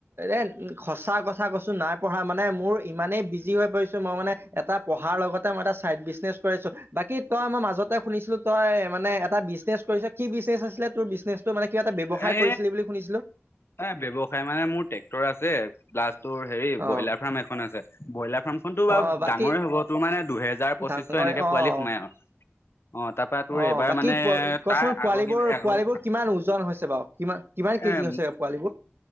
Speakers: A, on the right; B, on the left.
A: এ সঁচা কথা কৈছো নাই পাহৰা মানে মোৰ। ইমানেই বিজি হৈ পৰিছো, মই মানে এটা পঢ়াৰ লগতে মই এটা চাইড বিজনেছ কৰি আছো, বাকী তই মই মাজত। মাজতে শুনিছিলো, তই মানে এটা বিজনেছ কৰিছ, কি বিজনেছ আছিলে তোৰ বিজনেছটো মানে? কিৱা এটা ব্যৱসায়
B: এ
A: কৰিছিলে বুলি শুনিছিলো।
B: এ, ব্যৱসায় মানে মোৰ ট্ৰেক্টৰ আছে প্লাষ্ট। তোৰ হেৰি,
A: অ
B: ব্ৰইলাৰ ফাৰ্ম এখন আছে। ব্ৰইলাৰ ফাৰ্ম খনতটো বাৰু
A: অ বাকী
B: ডাঙৰেই হ'ব তোৰ মানে দুহেজাৰ। দুহেজাৰ পঁচিশশ,
A: ডাঙৰে
B: এনেকে পোৱালি
A: অ
B: সোমাই আৰু। অ তাৰপৰা তোৰ
A: অ'
B: এইবাৰ
A: বাকী
B: মানে
A: কচোন
B: তাৰ আগৰ
A: পোৱালিবোৰ,
B: আগৰ
A: পোৱালিবোৰ কিমান ওজন হৈছে বাৰু কিমান কিমান? কিমান কেজি
B: এ
A: হৈছে? পোৱালীবোৰ